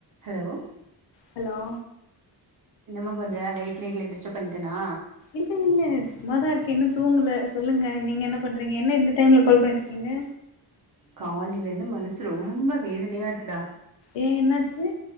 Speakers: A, on the right; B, on the left.
A: Hello
B: hello
A: என்னமா பண்ற late நைட்ல டிஷ்டப் பண்ட்டனா
B: இல்ல இல்ல சும்மாதாருக்க இன்னு தூங்கல சொல்லுங்க நீங்க என்ன பண்றீங்க என்ன இந்த டைம்ல கால் பணிருக்கீங்க
A: காலிலிந்து மனசு ரொம்போ வேதனையாருக்குடா
B: ஏ என்னாச்சு